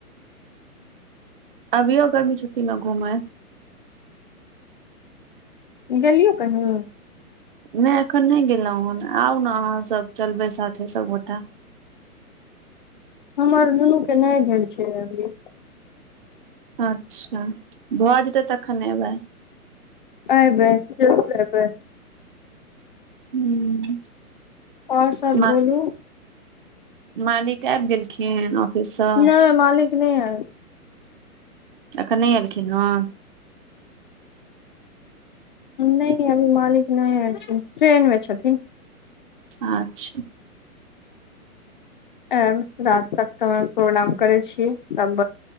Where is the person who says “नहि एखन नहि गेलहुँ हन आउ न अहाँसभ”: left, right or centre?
Right